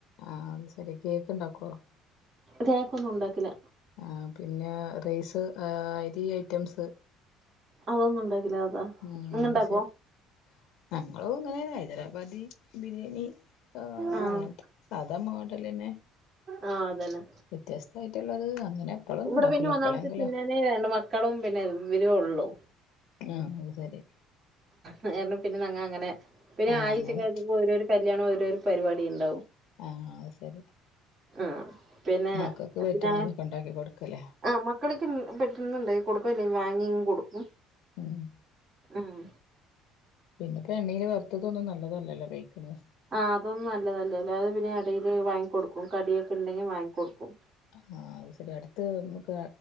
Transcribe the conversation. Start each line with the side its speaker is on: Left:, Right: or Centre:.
Left: ആഹ് അത് ശരി കേക്ക് ഉണ്ടാക്കുവോ
Right: കേക്കൊന്നുണ്ടാക്കില്ല.
Left: ആഹ് പിന്നെ റൈസ് ഏഹ് അരി ഐറ്റംസ്.
Right: അതൊന്നുണ്ടാക്കില്ല അതാ
Left: ഉം
Right: നിങ്ങ
Left: അത്
Right: ഉണ്ടാക്കോ
Left: ശെരി ഞങ്ങളും ഇങ്ങനെനെ ഹൈദരാബാദി ബിരിയാണി ഏഹ്
Right: ആഹ്
Left: അങ്ങൻത്തെ സാധാ മോഡലെന്നെ.
Right: ആഹ് അതന്നെ
Left: വെ ത്യസ്തായിട്ട്ള്ളത് അങ്ങനെ എപ്പോളൊന്നുംണ്ടാക്കൂല്ല
Right: ഇവിടെ
Left: എപ്പളെങ്കിലോ
Right: പിന്നെ ഈ രണ്ട് മക്കളും പിന്നെ ഇവരേ ഒള്ളു.
Left: ആഹ് അത് സെരി.
Right: കാരണം പിന്നെ നങ്ങ അങ്ങനെ പിന്നെ
Left: ആഹ്
Right: ആഴ്ച
Left: അങ്ങനെ
Right: കഴച്ചപ്പോ ഓരോരോ കല്യാണം ഓരോരോ പരിപാടിണ്ടാവും.
Left: ആഹ് അത് സെരി
Right: ആഹ് പിന്നെ
Left: മക്കക്ക് പറ്റ്ണതൊക്കെ
Right: പിന്നെ
Left: ണ്ടാക്കി കൊട്ക്കല്ലേ.
Right: ആഹ് മക്കള്ക്കിൻ പറ്റ്ന്നണ്ടാക്കി കൊടുക്കും അല്ലെങ്കി വാങ്ങ്യൻ കൊടുക്കും.
Left: ഉം
Right: ആഹ്
Left: പിന്നെപ്പൊ എണ്ണേല് വറ്തതൊന്നും നല്ലതല്ലല്ലോ കഴിക്ക്ണ്
Right: ആഹ് അതൊന്നും നല്ലതല്ലല്ലാ അത് പിന്നെ എടയില് വാങ്ങിക്കൊടുക്കും കടിയൊക്കെ ല്ലെങ്കി വാങ്ങി ക്കൊടുക്കും.
Left: ആഹ് അത് സെരി അട്ത്ത് വന്ന് പാ